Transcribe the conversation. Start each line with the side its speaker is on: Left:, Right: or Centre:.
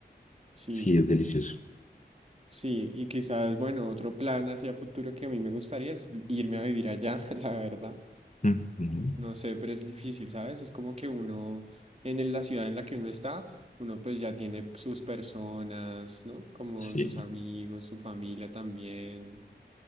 Right: Sí,
Left: Sí, es delicioso.
Right: sí, y quizás, bueno, otro plan hacia futuro que a mí me gustaría es irme a vivir allá, <laughs> la verdad.
Left: Ujú.
Right: No sé, pero es difícil, ¿sabes? Es como que uno, en el- la ciudad en la que uno está, uno pues ya tiene sus personas, ¿no? Como
Left: Sí,
Right: sus amigos, su familia también.